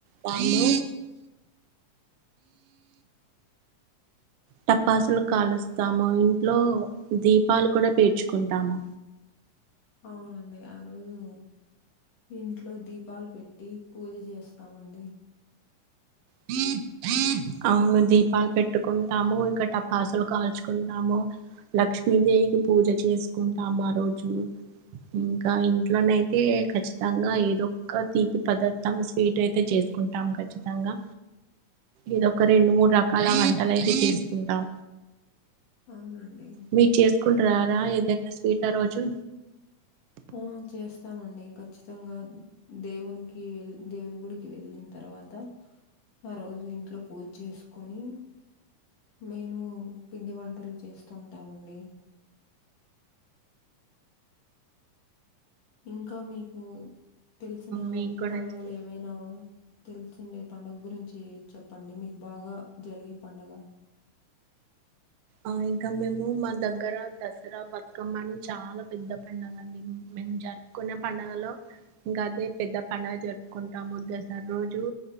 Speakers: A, on the right; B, on the left.
A: వాళ్లు టపాసులు కాలుస్తాము ఇంట్లో దీపాలు కూడా పేర్చుకుంటాము
B: అవునండి ఆ రోజు ఇంట్లో దీపాలు పెట్టి పూజ చేస్తాము అండి
A: <unintelligible> అవును దీపాలు పెట్టుకుంటాము ఇంకా టపాసులు కాల్చుకుంటాము లక్ష్మీదేవికి పూజ చేసుకుంటాం ఆ రోజు ఇంకా ఇంట్లోనైతే ఖచ్చితంగా ఏదో ఒక తీపి పదార్ ర్థం స్వీట్ అయితే చేసుకుంటాం ఖచ్చితంగా ఇది ఒక రెండు మూడు రకాల వంటలైతే చేసుకుంటాం
B: అవునండి.
A: మీ చేసుకుంటరా
B: ఖచ్
A: రా ఏదైనా స్వీట్ ఆ రోజు?
B: ఆ చేస్తామండి ఖచ్చితంగా దేవునికి వెల్ దేవుని గుడికి వెళ్ళిన్ తర్వాత ఆ రోజు ఇంట్లో పూజ్ చేసుకొని మేము పిండి వంటలు చేస్తుంటామండి ఇంకా మీకు తెల్సిన
A: మేము కూడా
B: పండుగలు ఏవైనా తెల్సిండే పండగ గురించి చెప్పండి మీకు బాగా జరిగే పండగ
A: ఆ ఇంకా మేము మా దగ్గర దస్రా, బతుకమ్మ అని చాలా పెద్ద పండగండి మేము జరి కొనే పండుగల్లో ఇంకా అదే పెద్ద పండగ జరుపుకుంటాము దస్రా రోజు